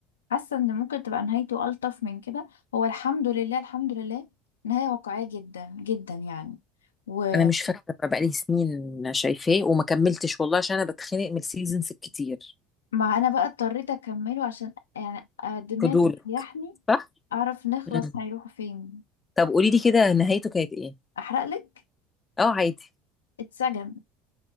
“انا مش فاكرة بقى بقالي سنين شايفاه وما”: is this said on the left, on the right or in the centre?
Left